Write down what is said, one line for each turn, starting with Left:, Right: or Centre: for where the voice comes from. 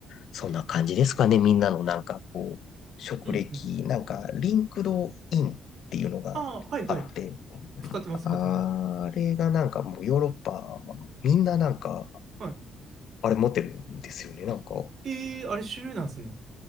Left: そんな感じですかね。みんなのなんかこう、職歴、
Right: うんうん。
Left: なんかリンクドインっていうのがあって、
Right: ああ、はいはい。使ってます、
Left: あれがなんかもうヨーロッパはみんななんか
Right: 使ってます。は
Left: あれ持ってるんですよね。なんか
Right: い。えー、あれ主流なんですね。